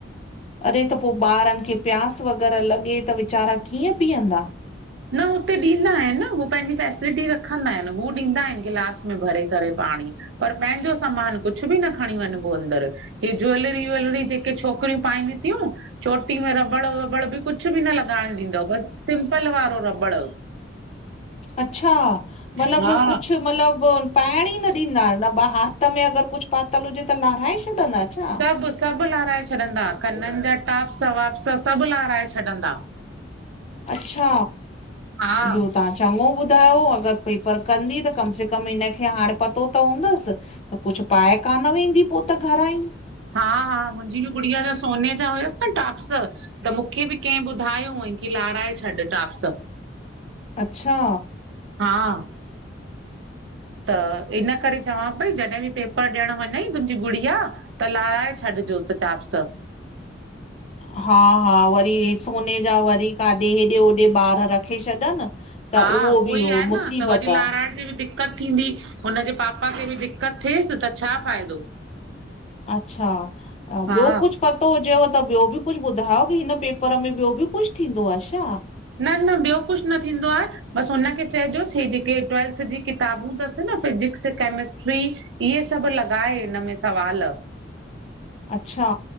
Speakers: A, on the left; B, on the right.
A: अरे त पो ॿारनि खें प्यास वग़ैरह लॻे त वीचारा कीअं पीअंदा?
B: न हुते ॾींदा आहिनि न, उ पंहिंजी फैसिलिटी रखंदा आहिनि। हू ॾींदा आहिनि गिलास में भरे करे पाणी। पर पंहिंॼो समान कुछ ॿि न खणी वञिॿो अंदर। ऐ ज्वैलरी व्वलरी ॼेके छोकिरियूं पाइनि थियूं चोटी में रबड़ वबड़ ॿि कुछ ॿि न लॻाइणु ॾींदो ॿस सिम्पल वारो रबड़
A: अच्छा! मतलब
B: हा
A: कुछ मतलब पाइण ई न ॾींदा, न हथ में अगर कुछ पातल हुॼे त लाराहे छॾंदा छा?
B: सभ, सभ लारिहाए छॾींदा कननि जा टाप्स वाप्स सभ लारिहाए छॾींदा।
A: अच्छा!
B: हा।
A: इहो तव्हां चङो ॿुधायो अगर पेपर कंदी त कम से कम हिनखे हाणे पतो त हूंदसि। त कुछ पाए कान वेंदी, पो त घरां ही।
B: हा, हा, मुंजी ॿि गुड़िया जा सोने जा हुयसि न टॉप्स, त मूंखे ॿि कैए ॿुधायो हुअईं। कि लाराहे छॾ टाप्स।
A: अच्छा!
B: हां। त इन करे चवां पई जॾहिं ॿि पेपर ॾियण वञई तुंहिंजी गुॾिया त लाराहे छ़ॾॼोस टाप्स।
A: हा, हा, वरी हे सोने ॼा वरी काॾे हेॾे होॾे ॿार रखे छॾनि त
B: हां उहो
A: बि
B: ही
A: हो
B: आहे न
A: मुसीबत
B: त वरी
A: आ
B: लाराहिण। उन्ही‌ खे भी दिक्क़त थींदी, हुनॼे पापा खें ॿि दिक़त थिएसि, त छा फ़ाइदो।
A: अच्छा! ॿियो
B: हा
A: कुछ प तो हुॼेव त ॿियो बि कुछ ॿुधायो कि हिन पेपर में ॿियो ॿि कुछ थींदो आ छा।
B: न-न ॿियो कुछ न थींदो आ। ॿस हुन खे चइजोसि हे जेके ट्वेल्थ ॼी किताबूं तसि न फिॼिक्स कैमिस्ट्री इहे सभ लॻाए इनमें सवाल
A: अच्छा!